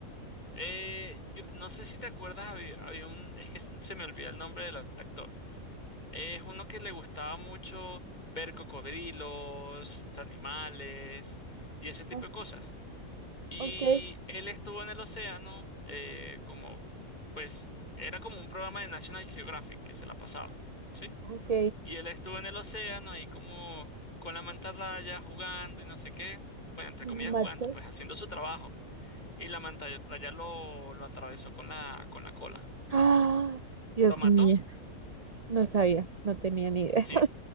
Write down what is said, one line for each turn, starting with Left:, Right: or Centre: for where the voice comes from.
Left: Eh, yo no sé si te acuerdas, había, había un, es que se me olvida el nombre del actor. Es uno que le gustaba mucho ver cocodrilos, animales y ese tipo
Right: Ah,
Left: de cosas. Y
Right: ok,
Left: él estuvo en el océano, eh, como, pues, era como un programa de National Geographic que se la pasaba, ¿sí?
Right: ok.
Left: Y él estuvo en el océano ahí como con la mantarraya jugando y no sé qué, bueno, entre
Right: ¿la
Left: comillas
Right: mató.
Left: jugando, pues haciendo su trabajo. Y la mantarraya lo, lo atravesó con la, con la cola.
Right: Ah, Dios
Left: ¿Lo mató?
Right: mío, no sabía, no tenía ni idea.
Left: Sí.